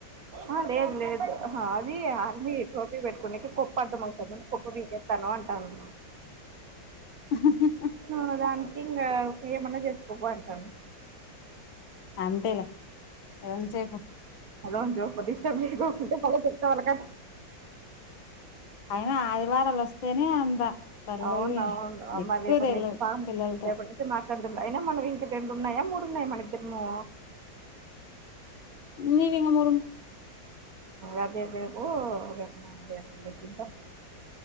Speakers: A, on the right (about 50°); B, on the left (about 85°).
A: ఆహ్ లేదు లేదు. అది ఆమీ ట్రోపీ పెట్టుకునేకి కోప్పు అడ్డం వస్తుందని కోప్పు పీకేస్తాను అంటది.
B: ఆహ్.
A: మన దానికి ఇంకా ఏమన్నా చేసుకోపో అంటండు.
B: అంతేలే ఎంత సేపు.
A: హలో డిస్టర్బ్ చేయకుంటే మల్ల కొత్త వాళ్లకు.
B: అయినా ఆదివారాలు వస్తేనే అంత. తల్లి
A: అవునా ఆహ్
B: దిక్కు
A: మాది రేపటి
B: తెలవదు
A: నుంచి బాగా
B: పిల్లలతో
A: ఎప్పటి నుంచి మాట్లా. అయినా మనం ఇంక రెండు ఉన్నాయా మూడు ఉన్నాయా మన ఇద్దరము.
B: నవెంగ ము
A: అదేదేపుేపలే చూద్దాం